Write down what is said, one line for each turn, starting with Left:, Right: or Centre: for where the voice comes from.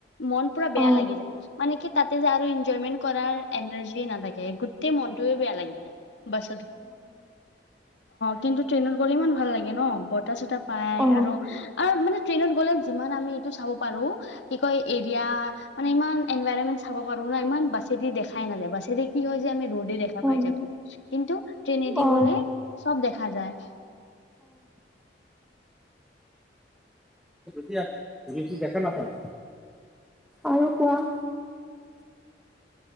Left: মন পুৰা বেয়া
Centre: অ
Left: লাগি যায় মানে কি তাতে যে আৰু এনজয়মেন্ট কৰাৰ এনাৰ্জি নাথাকে গোটেই মনটোৱে বেয়া লাগি <unintelligible> অ', কিন্তু ট্ৰেইনত গ'লে ইমান ভাল লাগে ন' বতাহ চতা পাই
Centre: অ
Left: আৰু আৰু মানে ট্ৰইনত গ'লে যিমান আমিটো চাব পাৰ কি কয় এৰিয়া মানে ইমান এনভায়ৰমেন্ট চাব পাৰোঁ না ইমান বাছ ছেদি দেখাই নাযায় বাছেদি কি হয় যে আমি ৰ'ডে দেখা
Centre: অ
Left: পাই থাকোঁ। কিন্তু ট্ৰেনে এদি
Centre: অ
Left: গ'লে চব দেখা যায়।
Centre: যে দেখা নাপায় আৰু কোৱা।